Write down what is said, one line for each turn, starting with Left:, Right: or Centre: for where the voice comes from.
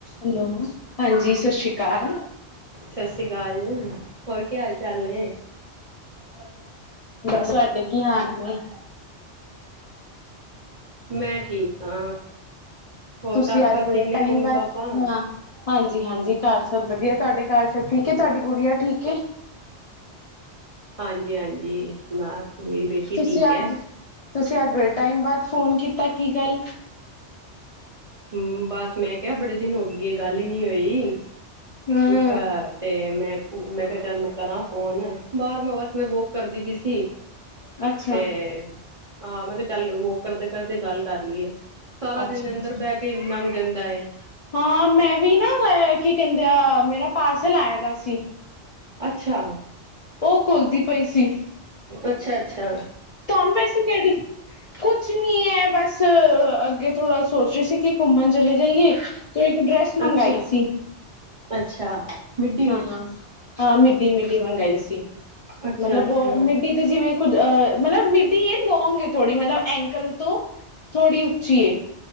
Left: Hello ਹਾਂਜ ਸਸਰੀ ਕਾਲ।
Right: ਸਸਰੀ ਕਾਲ ਹੋਰ ਕੇ ਹਾਲ ਚਾਲ ਨੇ। <inaudible>
Left: ਬਸ ਸਾਡੇ ਕੀ ਹਾਂ ਕੀ ਨੀ
Right: ਮੈਂ ਠੀਕ ਆ ਹੋਰ
Left: ਤੁਸੀਂ
Right: ਘਰ
Left: ਅੱਜ
Right: ਸਭ
Left: ਬੜੇ
Right: ਠੀਕ ਨੇ
Left: ਟਾਈਮ
Right: ਮੰਮੀ
Left: ਬਾਅਦ
Right: ਪਾਪਾ।
Left: ਹਾਂ ਹਾਂਜੀ! ਹਾਂਜੀ! ਘਰ ਸਭ ਵਧੀਆ। ਤੁਹਾਡੇ ਘਰ ਸਭ ਠੀਕ ਏ, ਤੁਹਾਡੀ ਗੁਡੀਆਂ ਠੀਕ ਏ।
Right: ਹਾਂਜੀ ਹਾਂਜੀ ਬਾਸ ਮੇਰੀ ਬੇਟੀ
Left: ਤੁਸੀਂ
Right: ਠੀਕ ਹੈ।
Left: ਅੱਜ ਤੁਸੀਂ! ਅੱਜ ਬੜੇ ਟਾਈਮ ਬਾਅਦ ਫੋਨ ਕੀਤਾ ਕੀ ਗੱਲ?
Right: ਹੂੰ ਬਸ ਮੈਂ ਕਿਹਾ ਬੜੇ ਦਿਨ ਹੋ ਗਈ ਐ ਗੱਲ ਹੀ ਨੀ ਹੋਈ।
Left: ਹੂੰ!
Right: ਅਹ ਤੇ ਮੈਂ, ਮੈਂ ਕਿਹਾ ਚੱਲ ਮੈਂ ਕਰਾਂ ਫੋਨ, ਬਾਰ ਮੈਂ ਬਸ ਮੈਂ ਵੋਕ ਕਰਦੀ ਵੀ ਸੀ।
Left: ਅੱਛਾ
Right: ਤੇ ਆ, ਮੈਂ ਕਿਹਾ ਚੱਲ ਵੋਕ ਕਰਦੇ-ਕਰਦੇ ਗੱਲ ਕਰ ਲਈਏ। ਸਾਰਾ
Left: ਅੱਛਾ
Right: ਦਿਨ ਅੰਦਰ
Left: ਅੱਛਾ
Right: ਬਹਿ ਕੇ ਵੀ ਲੰਘ ਜਾਂਦਾ ਏ।
Left: ਹਾਂ ਮੈਂ ਵੀ ਨਾ ਐ ਕੀ ਕਹਿੰਦੇ ਆ ਮੇਰਾ ਪਾਰਸਲ ਆਇਆਂ ਦਾ ਸੀ।
Right: ਅੱਛਾ!
Left: ਉਹ ਘੁਲਦੀ ਪਈ ਸੀ।
Right: ਅੱਛਾ-ਅੱਛਾ
Left: ਧੰਨ ਵੈਸੇ ਕਿਹੜੀ ਕੁਛ ਨੀ ਏ ਬਸ ਅੱਗੇ ਥੋੜਾ ਸੋਚ ਰਹੇ ਸੀ ਕਿ ਘੁੰਮਣ ਚਲੇ ਜਾਈਏ। ਤੋਂ ਇੱਕ ਡਰੈਸ ਮੰਗਾਈ
Right: ਅੱਛਾ
Left: ਸੀ।
Right: ਅੱਛਾ ਮਿੱਡੀ
Left: ਹਾਂ, ਹਾਂ ਮਿੱਡੀ-ਮਿੱਡੀ ਮੰਗਾਈ ਸੀ
Right: ਅੱਛਾ
Left: ਮਤਲਬ
Right: ਅੱਛਾ
Left: ਅ ਮਿੱਡੀ ਤੇ, ਜਿਵੇਂ ਕੁੱਝ ਅ ਮਤਲਬ ਮਿਡੀ ਏ ਲੌਂਗ ਏ ਥੋੜੀ ਮਤਲਬ ਐਂਕਲ ਤੋਂ ਥੋੜੀ ਉ ਚੀ ਏ।